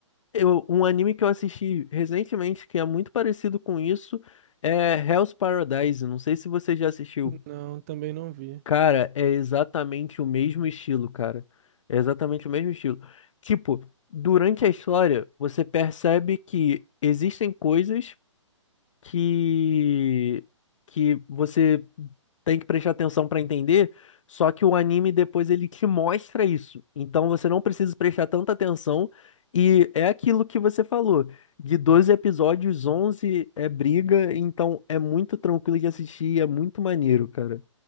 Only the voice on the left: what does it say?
Eu, um anime que eu assisti recentemente que é muito parecido com isso é Hell's Paradise. Não sei se você já assistiu.
Cara, é exatamente o mesmo estilo, cara. É exatamente o mesmo estilo. Tipo, durante a história, você percebe que existem coisas que que você tem que prestar atenção para entender, só que o anime depois ele te mostra isso. Então você não precisa prestar tanta atenção e é aquilo que você falou, de 12 episódios, 11 é briga, então é muito tranquilo de assistir, é muito maneiro, cara.